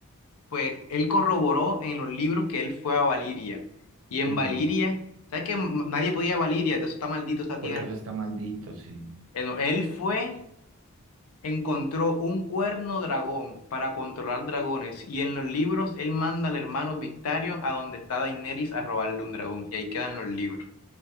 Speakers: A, on the left; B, on the right.
A: pues, él corroboró en los libros que él fue a Valiria. Y en
B: Ujú.
A: Valiria, ¿sabes que m- nadie podía ir a Valiria? Eso está maldito esta
B: Porque
A: tierra.
B: eso está maldito, sí.
A: Eh, no, Él fue encontró un cuerno dragón para controlar dragones y en los libros él manda al hermano Victarion a donde está Daenerys a robarle un dragón y ahí quedan los libros.